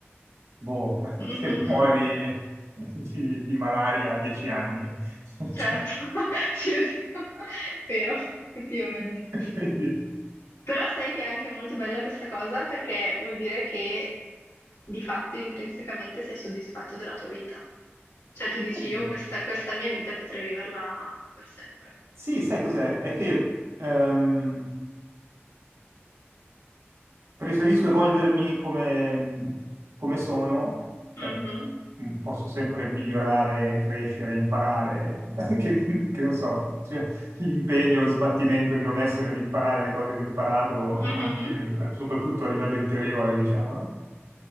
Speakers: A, on the right; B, on the left.
A: boh, <laughs>
B: Mhm.
A: che muori di, di malaria a 10 anni. <laughs>
B: Certo,
A: Cioè,
B: <laughs> sì, oddio. Vero, effettivamente.
A: <laughs> quindi,
B: Però sai che è anche molto bella questa cosa perché vuol dire che di fatto intrinsecamente sei soddisfatto della tua vita. Cioè tu dici
A: eh,
B: io questa, questa mia vita potrei viverla per sempre.
A: sì, sai cos'è? È che ehm, Preferisco evolvermi come, come sono, cioè
B: Mhm,
A: mm, posso sempre migliorare, crescere, imparare, <laughs> che, che non so, cioè, l'impegno, lo sbattimento che ho messo nell'imparare le cose che ho imparato,
B: mhm,
A: anche, eh, soprattutto a livello interiore, diciamo. no?